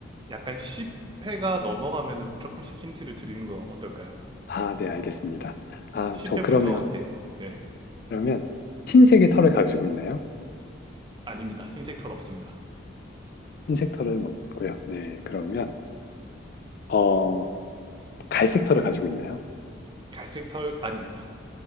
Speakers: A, on the right; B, on the left.
A: 약간 10회가 넘어가면 조금씩 힌트를 드리는 거 어떨까요?
B: 아, 네, 알겠습니다. 아,
A: 네, 10회부터
B: 저 그러면
A: 네, 네.
B: 그러면 흰색의 털을 가지고 있나요?
A: 아닙니다. 흰색 털 없습니다.
B: 흰 섹터는 없고요. 네, 그러면 어, 갈 섹터를 가지고 있나요?
A: 갈색 털 아닙니다.